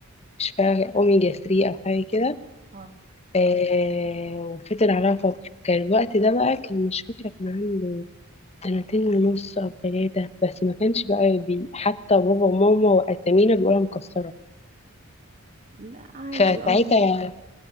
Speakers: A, on the left; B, on the right.
A: مش فاكرة أوميجا 3 أو حاجة كده
B: اه
A: إيه وفضل عليها فترة كان الوقت ده بقى كان مش فاكرة كان عنده سنتين ونص أو ثلاثة بس ما كانش بقى بي حتى بابا وماما وأسامينا بيقولها مكسرة
B: لا عادي
A: فساعتها
B: اه